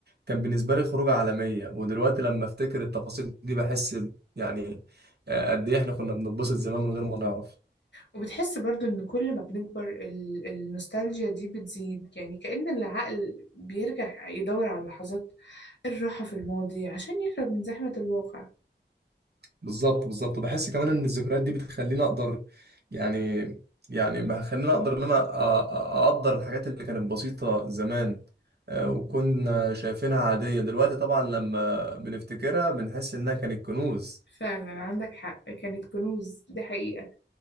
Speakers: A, on the right; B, on the left.
A: كان بالنسبه لي خروجه عالميه ودلوقتي لما افتكر التفاصيل دي بحس يعني آه، قد ايه احنا كنا بنتبسط زمان من غير ما نعرف
B: وبتحس برضو إن كل ما بنكبر ال... النوستالجيا دي بتزيد يعني كأن العقل بيرجع يدور على لحظات الراحة في الماضي عشان يهرب من زحمة الواقع
A: بالظبط بالظبط بحس كمان ان الذكريات دي بتخليني اقدر يعني يعني بخليني اقدر ان انا أ- أ- اقدر الحاجات اللي كانت بسيطة زمان آه، وكنا شايفينها عادية دلوقتي طبعا لما بنفتكرها بنحس انها كانت كنوز
B: فعلا عندك حق كانت كنوز دي حقيقة